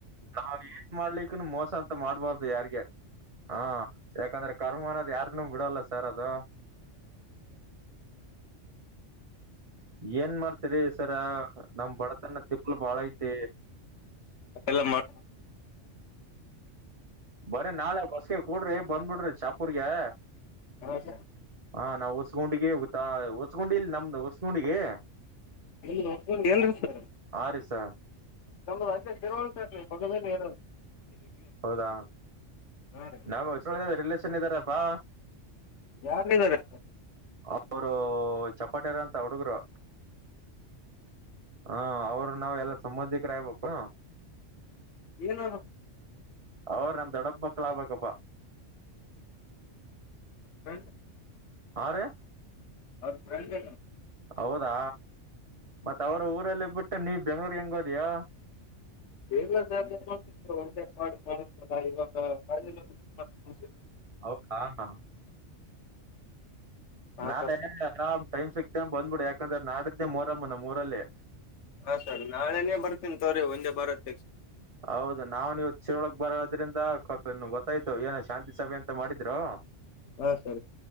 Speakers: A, on the right; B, on the left.
A: ನಾವ್ ಏನ್ ಮಾಡ್ಲಿಕ್ಕ ಮೋಸ ಅಂತ ಮಾಡ್ಬಾರ್ದು ಯಾರ್ಿಗೆ ಹಾ ಯಾಕಂದ್ರೆ ಕರ್ಮ ಅನ್ನೋದ್ ಯಾರನ್ನುೂ ಬಿಡಲ್ಲ ಸರ್ ಅದು ಏನ್ ಮಾಡ್ತರಿ ಸರ ನಮ ಬಡತನ ತಿಪ್ಪಲು ಬಾಳ ಐತಿ
B: ಅದೆಲ್ಲ ಮಾಡ
A: ಬರ ನಾಳೆ ಬಸ್ಗೆ ಕೂಡ್ರಿ ಬಂದ್ಬಿಡ್ರಿ ಚಾಪೂರ್ಗೆ
B: ಹಾ ಸ
A: ಹಾ ನಾ್ ಒರ್ಸ್ಗುಂಡಿಗೆಾ ಹೊರ್ಗುಂಡಿ ಇಲ್ ನಮ್ದ್ ಒರ್ಸ್ುಂಡಿಗೆ
B: ಅಲ್ಲ ಒಕೊಂಡ್ ಎಲ್ರಿೀ ಸರ್
A: ರೀ ಸ
B: ನಮ್ದ ಅದ ತಿರುವವಳಂತರಿ ಪೊಗದ ಹೇಳ
A: ಹೌದಾ
B: ಹಾ ರೀ
A: ನಾ ರಿಲೇಷನ್ ಇದ್ದಾರಪ್ಪಾ
B: ಯಾರ್ನರ್ತ
A: ಅವರು ಚಪ್ಪಾಟಿಯಾರ ಅಂತ ಹುಡುಗರು ಹಾ ಅವರು ನಾವ ಎಲ್ಲ ಸಂಬಂಧಿಕರಗ್ಬೇಕು
B: ಏನ್ತ್ರ
A: ಅವ್ರ ನಮ್ ದಡಪ್ಪ ಮಕ್ಳಾಗಗ್ಬೇಕಪ್ಪ
B: ಹ
A: ಹ
B: ಅವೌದ ್ರಂಡ್
A: ಹೌದಾ ಮತ್ತ ಅವ್ರ ಊರಲ್ಲೇ ಬಿಟ್ಟು ನೀವ ಬೆಂಗ್ಳೂರ್ ಹೆಂಗೋದಯ
B: ಬೇಲ ಜ ಹೊಟೆ ಮಾಡಿ ಮಾಡಲ್ಲ ಇವಾಗ ತುಂಬ
A: ಹೌದ ಹಾ ಹ
B: ಹಾ
A: ನಾಡ
B: ಸರ್
A: ಆರಾಮ್ ಟೈಮ್ ಸಿಗ್ತೇ ಬಂದ್ಬಿಡು ಯಾಕಂದ್ರೆ ನಾಡಿದ್ದೆ ಮೂರಮ್ಮನ ಮೂರಲ್ಲಿೇ
B: ಹಾ ಸರಿ ನಾಳೆನೇ ಬರ್ತೀನಿ ತೋ್ರಿ ಒಂದೇ ಬರತ್
A: ಹೌದು ನಾವವು ನೀವು ಚಿರ ಒಳಗ್ ಬರೋದ್ರಿಂದ ಗೊತ್ತ ಗ ಆಯ್ತು ಏನ ಶಾಂತಿ ಸಭೆ ಅಂತ ಮಾಡಿದ್ರು
B: ಹಾ ಸರಿ